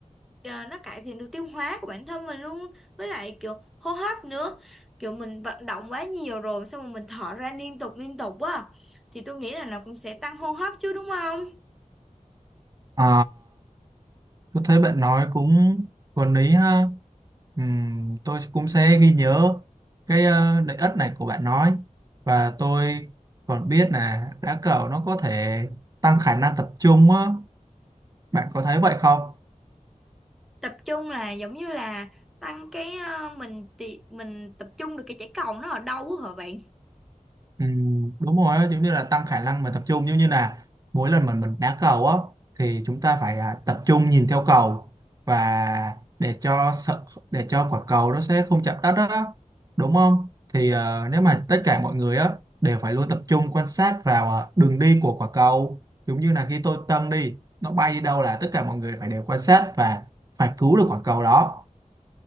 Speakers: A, in the centre; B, on the right.
A: ờ, nó cải thiện được tiêu hóa của bản thân mình luôn với lại kiểu hô hấp nữa kiểu mình vận động quá nhiều rồi xong rồi mình thở ra liên tục liên tục á thì tôi nghĩ là nó cũng sẽ tăng hô hấp chứ đúng không
B: Ờ, tôi thấy bạn nói cũng có lý ha Ừm, tôi cũng sẽ ghi nhớ cái ờ, lợi ích này của bạn nói và tôi còn biết là đá cầu nó có thể tăng khả năng tập trung á bạn có thấy vậy không
A: tập trung là giống như là tăng cái ờ, mình tị- mình tập trung được cái trái cầu nó ở đâu á hả bạn
B: Ừ, đúng rồi á, giống như là tăng khả năng mà tập trung giống như là mỗi lần mà mình đá cầu á thì chúng ta phải à, tập trung nhìn theo cầu và để cho sợ để cho quả cầu nó sẽ không chạm đất đó đúng không thì à, nếu mà tất cả mọi người á đều phải luôn tập trung quan sát vào à, đường đi của quả cầu giống như là khi tôi dâng đi nó bay đi đâu là tất cả mọi người phải đều quan sát và phải cứu được quả cầu đó